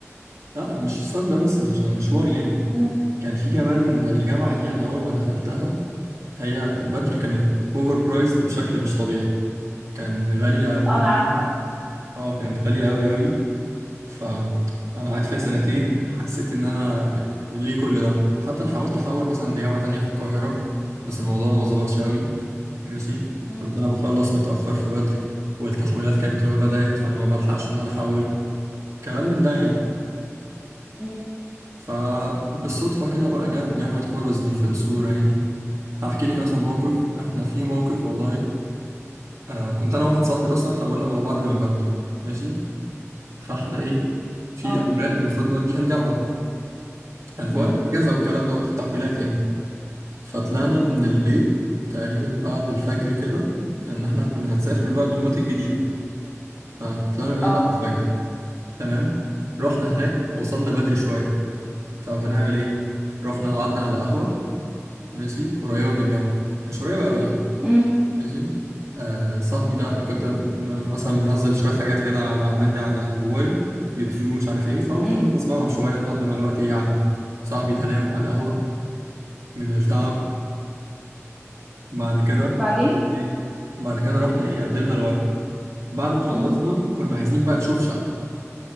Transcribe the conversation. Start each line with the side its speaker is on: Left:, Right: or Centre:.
Right: لا مش بسبب ده بس مش عشان مشوار يعني
Centre: أمم.
Right: كان في كمان
Centre: أمم.
Right: الجامعة دي أنا أول ما دخلتها هي بدري كانت أوفر برايزد بشكل مش طبيعي كان غالية موت
Centre: اه أنا عارفة
Right: يعني اه كانت غالية أوي أوي فأنا قعدت فيها سنتين حسيت إن أنا ليه كل ده حتى أنا حاولت أحول مثلا لجامعة تانية في القاهرة بس الموضوع ما ظبطش أوي ماشي
Centre: أمم.
Right: كنت أنا بخلص متأخر في بدر والتحويلات كانت بتبقى بدأت فأنا ما بلحقش إن أنا أحول كلام من ده يعني
Centre: أمم.
Right: فبالصدفة كده بقى جت جامعة حورس دي في الصورة يعني هحكي لك مثلا موقف احنا في موقف والله آه كنت انا واحد صاحبي اصلا حاولنا مع بعض من بدر ماشي فاحنا ايه في
Centre: اه
Right: اوراق المفروض نوديها الجامعة كان في
Centre: أمم.
Right: وقت الاجازة والكلام ده وقت التحويلات يعني فطلعنا من البيت تقريبا بعد الفجر كده لان احنا كنا هنسافر بقى دمياط الجديدة فطلعنا من البيت
Centre: اه
Right: بعد الفجر تمام رحنا هناك وصلنا بدري شوية طب هنعمل ايه رحنا قعدنا على قهوة ماشي قريبة من الجامعة مش قريبة أوي يعني
Centre: أمم.
Right: ماشي آه صاحبي ده أنا كنت م- مثلا منزل شوية حاجات كده على عندي على الموبايل يوتيوب ومش عارف إيه فقلت
Centre: أمم.
Right: أقعد أسمعهم شوية لحد ما الوقت يعدي صاحبي ده نام على القهوة من التعب بعد كده
Centre: بعدين
Right: إيه بعد كده رحنا إيه قدمنا الورق بعد ما خلصنا
Centre: أمم.
Right: كنا عايزين بقى نشوف شقة